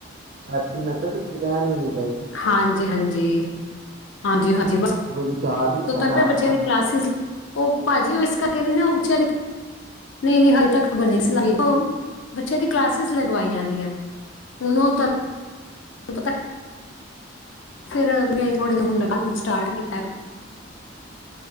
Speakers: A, on the right; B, on the left.
A: ਆਪ ਕੀ ਮੈਂ ਕਿਹਾ ਤੁਸੀ ਰੈਨ ਵੀ ਨਹੀਂ
B: ਹਾਂਜੀ ਹਾਂਜੀ ਹਾਂਜੀ ਹਾਂਜੀ ਬ
A: ਕੋਈ ਵਿਚਾਰ ਨੀ ਹੈ
B: ਤਹਨੂੰ
A: ਜਾਣ
B: ਬੱਚਿਆਂ
A: ਦਾ
B: ਦੀ ਕਲਾਸਿਸ ਉਹ ਭਾਜੀ ਉਹ ਇਸ ਕਰਕੇ ਨ ਨਾ ਬੱਚਿਆਂ ਦੀ ਨਹੀਂ ਨਹੀਂ ਹਜੇ ਤੱਕ ਬਣੀ ਸੀ ਲ ਬੱਚਿਆਂ ਦੀ ਕਲਾਸਿਸ ਲਗਵਾਈਆਂਆਂ ਹੁਣ ਉਹੂੰ ਪਤਾ ਫਿਰ ਵੀ ਥੋੜੇ ਦਿ ਹੁਣ ਨ ਹੁਣ ਸਟਾਰਟ ਕੀਤਾ